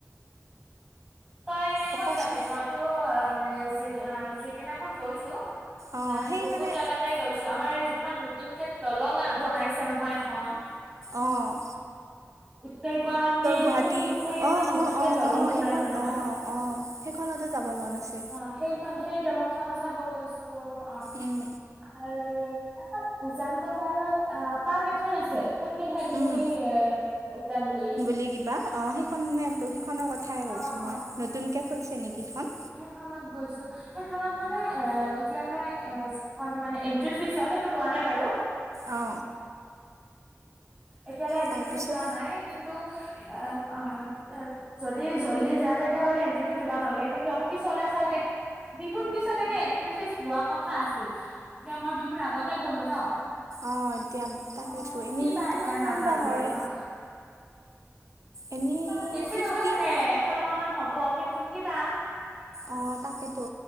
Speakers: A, on the right (about 15°); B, on the right (about 75°).
A: তই এনেই
B: অকচোন
A: ক'ত যাবি? মইতো মানে যিদিনা-যিদিনাখন গৈছো-
B: অঁ
A: আঁহ',
B: সেই
A: বহুত
B: মানে
A: জাগাতে- গৈছোঁ, আমাৰ যিখন নতুনকে দলং বনাইছে নহয় এখন।
B: অ‌ঁহ'।
A: উত্তৰ গুৱাহাটী
B: গুৱাহাটী
A: সংযোগ কৰি এখন
B: অঁ অঁ
A: নতুনকে
B: অঁ
A: দলং
B: অঁ
A: বনাইছে
B: সেইখন
A: নহয়।
B: অঁ অঁ সেইখনতো যাব মন আছে
A: অ' সেইখন সেই দলংখনো চাব গৈছোঁ। অঁহ'।
B: উম
A: আৰু এখন উজান বজাৰত আঁহ' পাৰ্ক এখন আছে। সতি সাধিনী
B: উম
A: এ' উদ্যান বুলি।
B: বুলি কিবা, অঁ', -সেইখনেতো-সেইখনৰ কথাই কৈছোঁ
A: অ
B: মই
A: অ
B: নতুনকে খুলিছে নেকি সেইখন।
A: স্থানত গৈছোঁ। সেইখনত মানে এ' এতিয়ালে এ' মানে এনট্ৰি ফিজ হয় সেইটো লোৱা নাই বাৰু।
B: অঁ।
A: এতিয়ালে এন্ট্ৰি
B: তাৰপিছত
A: ফিজ লোৱা নাই। কিন্তু আঁহ', -অঁ', - যদি জল্দি যাই তেতিয়াহ'লে এণ্ট্ৰিফিজ দিব নালাগে। কিন্তু আকৌ পিছলৈ চাগে- বিহুৰ পিছত এনেই এণ্ট্ৰি ফিজ লোৱা কথা আছিল। এতিয়া মই বিহুৰ আগতে গলোঁ ন'।
B: অঁ এতিয়া তাকেইতো
A: অ'
B: এনেই
A: কিবা?
B: কিমানমান
A: নাজানো
B: বা হয়
A: দেই, অঁহ',।
B: এনেই
A: অ', বেছি
B: ফিফটি
A: নহয় চাগে এশ টকা মান হ'ব। কিন্তু কিবা
B: অঁ', -তাকেটো।